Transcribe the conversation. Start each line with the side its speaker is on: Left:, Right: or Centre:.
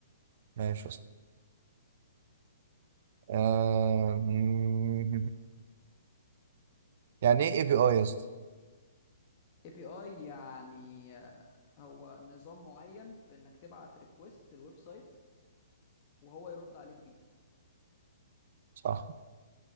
Right: ماشي أصلا أم، <laughs> يعني إيه اي بي آي يا اسطى
Left: اي بي اي يعني آه، هو نظام معين في انك تبعت ريكوست الويب سايت وهو يرد عليك بيه
Right: صح